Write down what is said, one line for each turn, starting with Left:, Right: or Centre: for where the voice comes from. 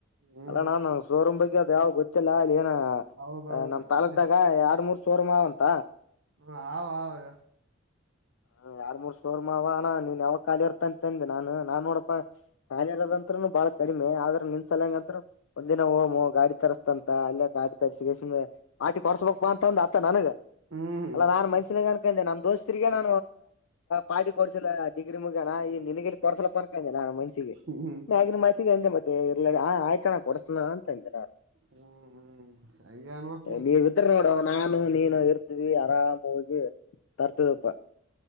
Right: ಹ್ಮ <unintelligible>
Left: ಅಲ್ಲಣ್ಣ ನಂದ್ ಶೋರೂಮ್ ಬಗ್ಗೆ ಅದು ಯಾವ್ ಗೊತ್ತಿಲ್ಲ ಅಲ್ಲಿ ಏನ
Right: ಹೌದೌದು
Left: ನಮ್ಮ ತಾಲಕಕ್ದಾಗ
Right: ಗೊತ್
Left: ಎರಡು ಮೂರು <unintelligible> ಕೋರ್ಮ ಅಂತ.
Right: ಹ ಆ ಆದಾ
Left: ಹ ಎರಡ್ ಮೂರ್ ಸೋರ್ ಮಾ ಅವ ಅಣ್ಣ ನೀನ್ ಯಾವಾಗ ಖಾಲಿ ಇರ್ತ ಅಂತಂದೆ ನಾನು ನಾನ್ ನೋಡಪ್ಪ ಕಾಲಿ ಇರೋದಂತ್ರನು ಬಾಳ ಕಡಿಮೆ ಆದ್ರ ನಿನ್ ಸಲಂಗಂತ ಒಂದಿನ ಹೋಮ ಗಾಡಿ ತರಿಸಸ್ತಂತ ಅಲ್ಲಿ. ಆಟಿ ತರಿಸಿಸ ಪಾಟಿ ಕೊಡಸಬಬೇಕಕ್ಪ್ಪಾ ಅಂತ ಒಂದ ಅತ್ತ ನನಗ <unintelligible>
Right: ಹ್ಮ್
Left: ಅಲ್ಲಾ ನಾನ್ ಮನ್ಷಸಿನ ಕ ಅನ್ಕೆ ನಮ ದೋಸ್ತರಿಗೆ ನಾ. ಪಾಟಿ ಕೊಡ್ಸಿಲ್ಲ ಡಿಗ್ರಿ ಮುಗ್ಯಣ ಈ ನಿನಗಿರಿ ಕೊಡ್ಸಲಪ್ಪ ಅನ್ಕಂದ. ನಾನು ಮನ್ಸಿಗೆ
Right: ಹ್ಮ್
Left: ಬಗಿನ ಮಾಹತಿಗೆ ಅಂದೆ ಮತ್ತೆ ಇರ್ ಆಯ್ತಣ ಕೊಡಸನ ಅಂತ ಹೇಳ್ದೆ ನಾನು.
Right: ಹ್ಮ್ ಹ್ಮ್ ಅ ಅನ್ವಕ್ ಮು <unintelligible>
Left: ನೀವ್ ಇದ್ರ ನೋಡು ನಾನು ನೀನು ಇರ್ತಿದವಿ ಆರಾಮ್ ಹೋಗಿ ತರ್ತಿದಪ್ಪ.